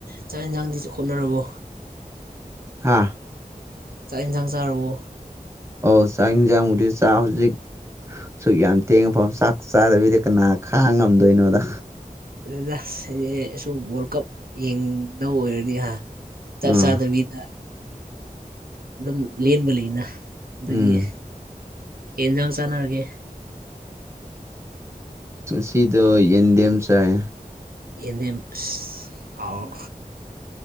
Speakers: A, on the right; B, on the right.
A: ꯆꯥꯛ ꯌꯦꯟꯁꯥꯡꯗꯤꯁ ꯍꯣꯠꯅꯔꯕꯣ
B: ꯍꯥꯥ
A: ꯆꯥꯛ ꯏꯟꯁꯥꯡ ꯆꯥꯔꯕꯣ
B: ꯑꯣ ꯆꯥꯛ ꯏꯟꯁꯥꯡꯕꯨꯗ ꯆꯥ ꯍꯧꯖꯤꯛ ꯁꯨꯛ ꯌꯥꯝ ꯇꯦꯡꯉꯐꯥꯎ ꯆꯥꯛ ꯆꯥꯗꯕꯤꯗ ꯀꯅꯥ ꯈꯥꯡ ꯉꯝꯗꯣꯏꯅꯣꯗ
A: ꯑꯗꯨꯗ ꯁꯦꯜꯌꯦꯁꯨꯝ ꯋꯥꯔꯜ ꯀꯞ ꯌꯦꯡꯗꯧ ꯑꯣꯏꯔꯗꯤ ꯍꯥ ꯆꯥꯛ
B: ꯑꯥ
A: ꯆꯥꯗꯕꯤꯗ ꯑꯗꯨꯝ ꯂꯦꯟꯕ ꯂꯩꯅ ꯑꯗꯒꯤ
B: ꯎꯝ
A: ꯀ ꯏꯟꯖꯥꯡ ꯆꯥꯟꯅꯔꯒꯦ
B: ꯁꯤꯗꯣ ꯌꯦꯟꯗꯦꯝ ꯆꯥꯏ
A: ꯌꯦꯟꯗꯦꯝ ꯑꯁ ꯍꯥꯎ